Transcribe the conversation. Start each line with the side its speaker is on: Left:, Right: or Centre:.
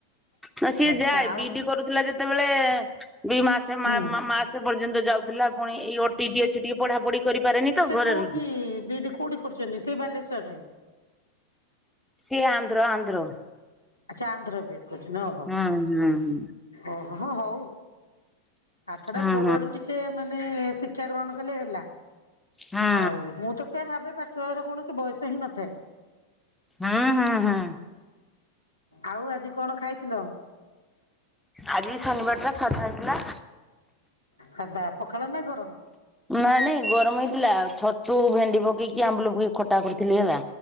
Centre: ହୁଁ ସିଏ
Left: ଆଚ୍ଛା
Centre: ଯାଏ
Left: ଆଉ
Centre: ବି ଡି କରୁଥିଲା ଯେତେବେଳେ ଦିଇ ମାସେ ମା
Left: ହୁଁ।
Centre: ମାସେ ପର୍ଯ୍ୟନ୍ତ ଯାଉଥିଲା ପୁଣି ଓ ଟି ଟି ଅଛି ପଢା ପଢି କରିପାରେନି
Left: ସେ
Centre: ତ ଘରେହୁ।
Left: କୋଉଠି ବିଡି କୋଉଠି କରୁଛନ୍ତି ସେଇ ବାଲେଶ୍ୱଵରରେ?
Centre: ସେ ଆନ୍ଧ୍ର ଆନ୍ଧ୍ର।
Left: ଆଛା ଆନ୍ଧ୍ର କରୁଛି ଓହୋ।
Centre: ହଁ ହଁ ହୁଁ।
Left: ଓହୋ ହଉ ଆଠ ଟା
Centre: ହୁଁ
Left: କୋଉ ଆଡୁ ଟିକେ ଟ ମାନେ ଶିକ୍ଷା ଗ୍ରହଣ କଲେ ହେଲା
Centre: ହୁଁ ହୁଁ
Left: ଆଉ ମୁଁ ତ ସେଆ ଭାବେ ପା ତର କୌଣସି ବୟସ ହିଁ ନଥାଏ।
Centre: ହଁ ହଁ ହଁ।
Left: ଆଉ ଆଜି କଣ ଖାଇଥିଲ?
Centre: ଆଜି ଶନିବାର ଟା ସାଧା ହେଇଥିଲା।
Left: ସାଧା ପଖାଳ ନା ଗରମ?
Centre: ନାଇଁ ନାଇଁ ଗରମ ହେଇଥିଲା ଛତୁ ଭେଣ୍ଡି ପକେଇକି ଆମ୍ବୁଲ ପକେଇକି ଖଟା କରୁଥିଲି ହେଲା।